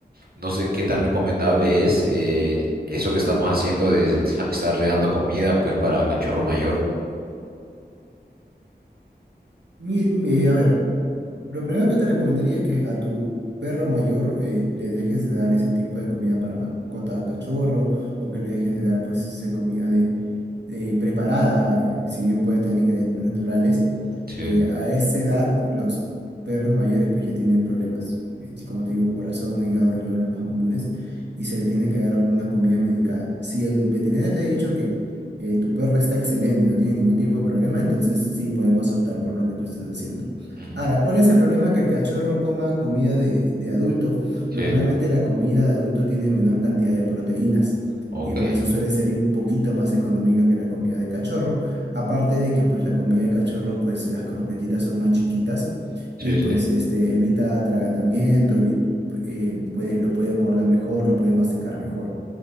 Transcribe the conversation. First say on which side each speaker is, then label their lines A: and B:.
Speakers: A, on the right; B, on the right.
A: no sé qué tan recomendable es eh, eso que estamos haciendo de sa- estarle dando comida, pues, para cachorro mayor.
B: mi- mi- a ver, Lo primero que te recomendaría es que a tu perro mayor eh, le dejes de dar ese tipo de comida para mascota cachorro o que le dejes de dar pues esa comida de, de preparada, eh, si bien puede tener ingredientes naturales.
A: Sí,
B: eh, a esa edad los perros mayores pues ya tienen problemas, eh, como te digo, corazón, hígado, riñón, los más comunes, y se le tiene que dar una comida medicada. Si el veterinario te ha dicho que eh, tu perro está excelente, no tiene ningún tipo de problema, entonces sí podemos optar por lo que tú estás haciendo.
A: ujú,
B: Ahora, ¿cuál es el problema que el cachorro coma comida de, de adulto?
A: sí,
B: Normalmente la comida de adulto tiene menor cantidad de proteínas
A: ok,
B: y por eso suele ser un poquito más económica que la comida de cachorro. Aparte de que pues la comida de cachorro, pues las croquetitas son más chiquitas
A: sí,
B: y pues
A: sí,
B: este, evita atragantamiento, evi- eh, puede- lo puede morder mejor, lo puede masticar mejor.